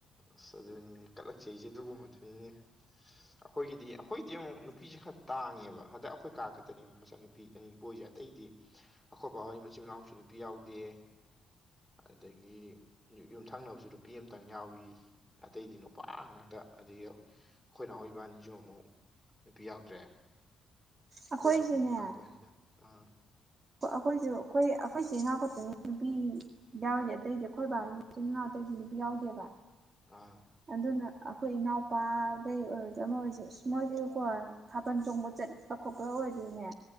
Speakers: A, in the centre; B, on the right.
A: ꯑꯁ ꯑꯗꯨꯅꯤꯅꯦ ꯀꯠꯂꯛꯆꯩꯖꯦ ꯑꯗꯨꯒꯨꯝꯕꯗꯨꯅꯤꯅꯦ ꯑꯈꯣꯏꯒꯤꯗꯤ ꯑꯈꯣꯏꯗꯤ ꯑꯃꯨꯛ ꯅꯨꯄꯤꯖꯦ ꯈꯔ ꯇꯥꯡꯉꯦꯕ ꯍꯟꯗꯛ ꯑꯈꯣꯏ ꯀꯥ ꯈꯛꯇꯅꯦ ꯃꯆꯥ ꯅꯨꯄꯤ ꯑꯅꯤ ꯄꯣꯛꯏꯖꯦ ꯑꯇꯩꯗꯤ ꯑꯈꯣꯏ ꯕꯥ ꯍꯣꯏ ꯃꯆꯤꯟ ꯃꯅꯥꯎꯁꯨ ꯅꯨꯄꯤ ꯌꯥꯎꯗꯦ ꯑꯗꯒꯤ ꯌꯨꯝꯊꯪꯅꯕꯁꯨ ꯅꯨꯄꯤ ꯑꯃꯇꯪ ꯌꯥꯎꯋꯤ ꯑꯇꯩꯗꯤ ꯅꯨꯄꯥ ꯉꯥꯛꯇ ꯑꯗꯒꯤ ꯈꯣꯏ ꯅꯥꯎ ꯏꯕꯥꯅꯤꯖꯨ ꯑꯃꯨꯛ ꯅꯨꯄꯤ ꯌꯥꯎꯗ꯭ꯔꯦ
B: ꯑꯩꯈꯣꯏꯁꯨꯅꯦ
A: ꯑꯈꯣꯏꯁꯖꯨ ꯑꯃꯨꯛ ꯏꯅꯥꯎꯄꯥ ꯑꯅꯤꯗ ꯑꯥ
B: ꯑꯈꯣꯏꯖꯨ ꯑꯈꯣꯏ ꯑꯈꯣꯏꯆꯦꯅ ꯑꯈꯣꯏꯄꯨ ꯅꯨꯄꯤꯒꯤ ꯌꯥꯎꯔꯤꯖꯦ ꯑꯇꯩꯗꯤ ꯑꯈꯣꯏ ꯕꯥꯒꯤ ꯃꯆꯤꯟ ꯃꯅꯥꯎ ꯑꯇꯩꯗꯤ ꯅꯨꯄꯤ ꯌꯥꯎꯗꯦꯕ
A: ꯑꯥ
B: ꯑꯗꯨꯅ ꯑꯈꯣꯏ ꯏꯅꯥꯎꯄꯥꯒꯩ ꯑꯣꯏꯔꯖꯨ ꯑꯃ ꯑꯣꯏꯖꯨ ꯁꯨꯝ ꯃꯣꯏꯖꯦ ꯀꯣ ꯊꯥꯕꯜ ꯆꯣꯡꯕ ꯆꯠꯄ ꯈꯣꯠꯄ ꯑꯣꯏꯖꯨꯅꯦ